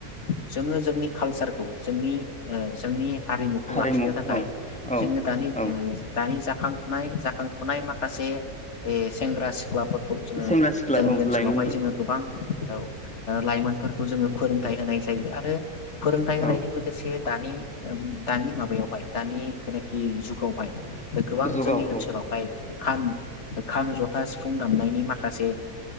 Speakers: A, on the left; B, in the centre.
A: <unintelligible> जोङो जोंनि कालसारखौ जोंनि ओ जोंनि हारिमुखौ
B: हारिमु
A: लाखिनो थाखाय
B: औ औ
A: जोङो दानि
B: औ
A: ओ दानि जा खांफुनाय जाखांफुनाय माखासे एस सेंग्रा सिख्लाफोर खौ जोङो
B: सेंग्रा सिख्ला
A: जोंनि
B: औ
A: ओनसोलावहाय
B: लाइमोनफोरखौ
A: जोङो गोबां औ ओ लाइमोन फोरखौ जोङो फोरोंथाय होनाय जायो आरो फोरोंथाय होनायजों
B: औ
A: लोगोसे दानि ओम दानि माबायावहाय दानि जेनाखि जुगावहाय गोबां
B: जुगाव
A: जोंनि ओनसोलावहाय
B: औ
A: खाम ओ खाम ज' था, सिफुं दामनायनि माखासे